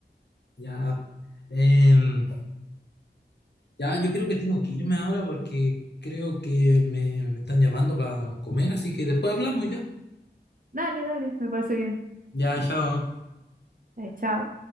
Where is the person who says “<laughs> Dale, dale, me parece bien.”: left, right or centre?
Right